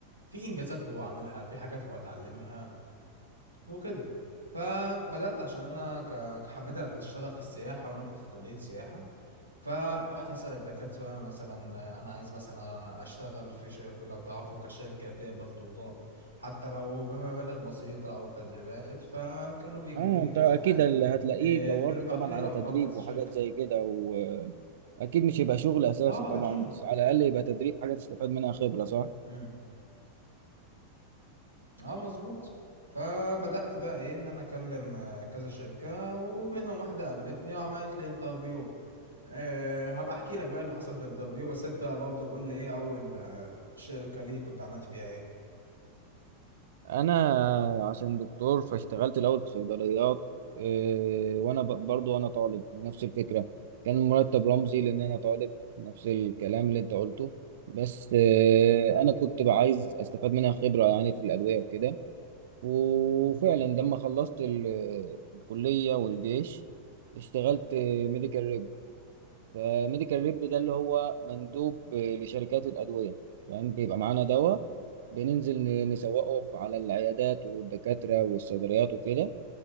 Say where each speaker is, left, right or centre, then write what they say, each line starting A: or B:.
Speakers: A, on the right; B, on the right.
A: في انجازات هو عملها في حاجات هو اتعلمها وكده فبدأت عشان انا ك- حبيت اشتغل في السياحة وانا كنت في كلية سياحة فروحت أسأل الدكاترة مثلا آه، أنا عايز مثلا أشتغل في ش... في- لو تعرفوا كشركة تقبل طلاب حتى لو بمبالغ بسيطة أو تدريبات فكانوا بيجيبوا
B: اه
A: لي
B: انت
A: كذا
B: اكيد
A: حاجة
B: اللي هتلاقيه
A: إيه،
B: دورت
A: كانوا بيبعتوا
B: طبعا
A: لي
B: على
A: أرقام
B: تدريب
A: كذا
B: وحاجات
A: شركة
B: زي كده واكيد مش هيبقى شغل اساسي
A: أه
B: طبعا
A: أكيد
B: بس على الاقل يبقى تدريب حاجة تستفاد منها خبرة صح
A: مم. أه مظبوط فبدأت بقى إيه إن أنا أكلم آه، كذا شركة ومنهم واحدة قابلتني وعملت لي انترفيو أه هبقى أحكي لك بقى اللي حصل في الانترفيو بس أنت برضه قول لي إيه أول آه، شركة ليك كنت عملت فيها إيه؟
B: انا عشان دكتور فاشتغلت الاول في صيدليات إيه، وانا ب- برضو انا طالب نفس الفكره كان المرتب رمزي لان انا طالب نفس الكلام اللي انت قلته بس إيه، انا كنت بقى عايز استفاد منها خبره يعني في الادويه وكده وفعلا لما خلصت ال- الكليه والجيش اشتغلت ميديكال ريب فميديكال ريب ده اللي هو مندوب لشركات الادويه فاهم بيبقى معانا دواء بننزل ن- نسوقه على العيادات والدكاترة والصيدليات وكده